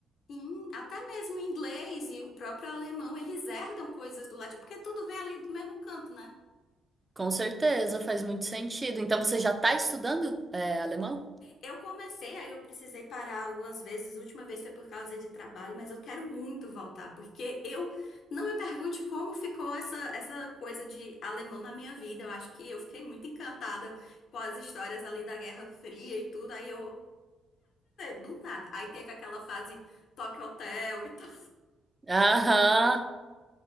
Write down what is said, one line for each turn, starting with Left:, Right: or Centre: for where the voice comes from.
Left: Sim, até mesmo o inglês e o próprio alemão, eles herdam coisas do latim, porque tudo vem ali do mesmo canto, né?
Right: Com certeza, faz muito sentido. Então, você já tá estudando, é, alemão?
Left: Eu comecei, aí eu precisei parar algumas vezes. A última vez foi por causa de trabalho, mas eu quero muito voltar, porque eu não me pergunte como ficou essa, essa coisa de alemão na minha vida. Eu acho que eu fiquei muito encantada com as histórias ali da Guerra Fria e tudo. Aí eu, do nada. Aí teve aquela fase Tokyo Hotel e tal.
Right: Aham,